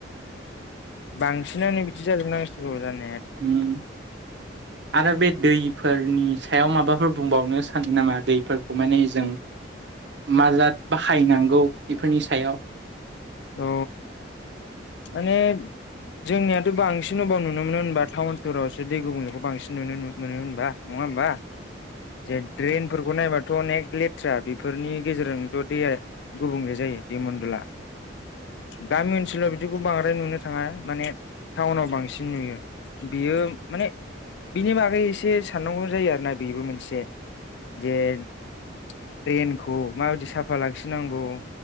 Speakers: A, on the left; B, on the right.
A: बांसिनानो बिदि जाजोबनांसिगौ जाना
B: उम। आरो बे दैफोरनि सायाव माबाफोर बुंबावनो सानो नामा दैफोरखौ माने जों माजाद बाहायनांगौ बेफोरनि सायाव।
A: औ। माने जोंनियाथ' बांसिन अबाव नुनो मोनो होनबा टाउन सहरावसो दै गुबुंनायखौ बांसिन नुनो मोनो। बा नङा होमबा जे ड्रेनफोरखौ नायबा थ' अनेक लेथ्रा बेफोरनि गेजेरजोंनोथ' दैया गुबुंले जायो दै मनडला। गामि ओनसोलाव बिदिखौ बांद्राय नुनो थाङा माने टाउनाव बांसिन नुयो। बियो माने बिनि बागै इसे साननांगौ जायो आरो ना बिबो मोनसे जे ड्रेनखौ माबायदि साफा लाखिनांगौ